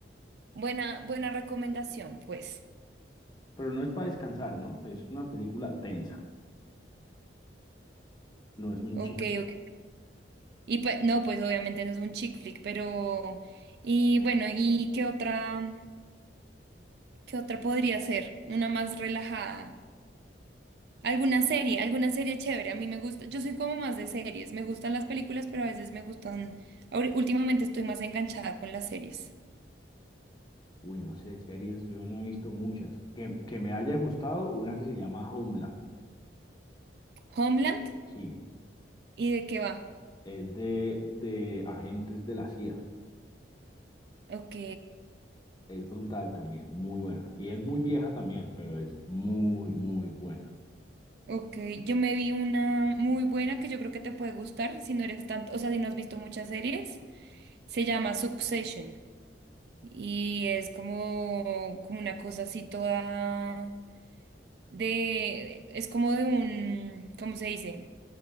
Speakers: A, on the right (about 55°); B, on the left (about 20°).
A: buena, buena recomendación, pues.
B: pero no es para descansar, ¿no? Es una película tensa, no es un
A: Ok,
B: chico.
A: ok. Y pues, no, pues obviamente no es un chick flick, pero, y bueno, ¿y qué otra, qué otra podría ser? Una más relajada. ¿Alguna serie? ¿Alguna serie chévere? A mí me gusta, yo soy como más de series, me gustan las películas, pero a veces me gustan, ahori- últimamente estoy más enganchada con las series.
B: Uy, no sé, series, yo no he visto muchas. Que, que me haya gustado una que se llama Homeland,
A: Homeland,
B: sí.
A: ¿y de qué va?
B: Es de, de agentes de la CIA.
A: Ok,
B: Es brutal también, muy buena. Y es muy vieja también, pero es muy, muy buena.
A: ok. Yo me vi una muy buena que yo creo que te puede gustar si no eres tanto, o sea, si no has visto muchas series. Se llama Succession y es como, como una cosa así toda de, es como de un, ¿cómo se dice?